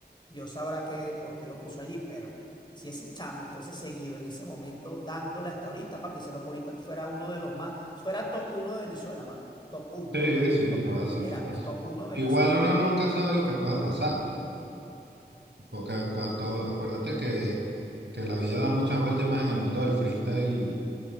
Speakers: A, on the left; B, on the right.
A: Dios sabrá qué, por qué lo puso allí, pero si ese chamo fuese seguido en ese momento dándole hasta ahorita, papi, ese loco ahorita fuera uno de los más, fuera top uno de Venezuela, mano, top uno,
B: Sí,
A: top uno,
B: sí,
A: top
B: fácil,
A: uno, literal,
B: fácil.
A: top uno de
B: Igual
A: Venezuela.
B: uno nunca sabe lo que pueda pasar, porque acua- to- acuérdate que, que la vida da muchas vueltas y más en el mundo del freestyle,